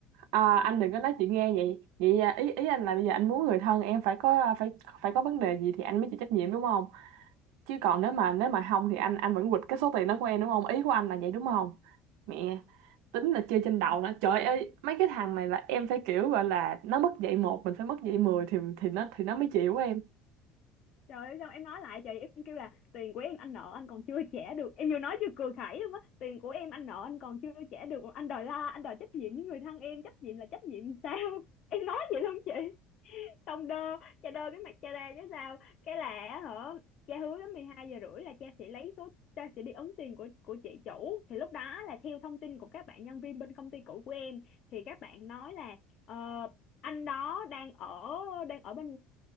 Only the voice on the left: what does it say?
Trời ơi, xong em nói lại chị, em kêu là tiền của em anh nợ anh còn chưa trả được. Em vừa nói vừa cười khẩy luôn á. Tiền của em anh nợ anh còn chưa trả được. Anh đòi la, anh đòi trách nhiệm với người thân em. Trách nhiệm là trách nhiệm sao? <laughs> Em nói vậy luôn chị xong đơ cha đơ cái mặt cha ra chứ sao cái là á hả cha hứa đến 12 giờ rưỡi là cha sẽ lấy số cha sẽ đi ấn tiền của của chị chủ thì lúc đó là theo thông tin của các bạn nhân viên bên công ty cũ của em thì các bạn nói là ờ, anh đó đang ở đang ở bên